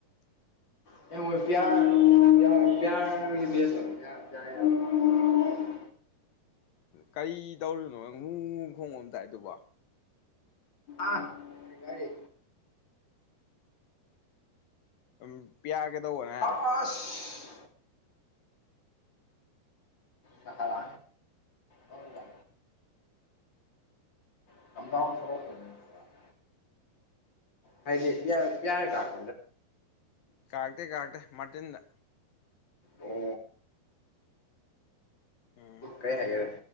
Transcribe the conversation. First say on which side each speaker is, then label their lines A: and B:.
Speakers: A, on the left (about 65°); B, on the left (about 30°).
A: <inaudible>
B: ꯄꯄꯌꯥꯦꯁꯄ
A: ꯀꯔꯤ ꯇꯧꯔꯤꯅꯣ ꯉꯨ ꯈꯣꯡꯕꯝꯇꯥꯏ ꯑꯗꯨꯕ
B: ꯑꯥ ꯀꯔꯦ
A: ꯎꯝ ꯄꯤꯌꯥ ꯀꯗꯧꯕꯅꯦ
B: ꯑꯁ ꯆꯀ ꯑꯗ <unintelligible> ꯍꯥꯏꯗꯤ ꯄꯤꯌꯥꯔ ꯄꯤꯌꯥꯔ ꯀꯥꯔꯛ
A: ꯀꯥꯥꯔꯛꯇꯦ ꯀꯥꯥꯔꯛꯇꯦ ꯃꯇꯤꯟꯗ
B: ꯑꯣ
A: ꯎꯝ
B: ꯀꯦ ꯍꯥꯏꯒꯔꯦ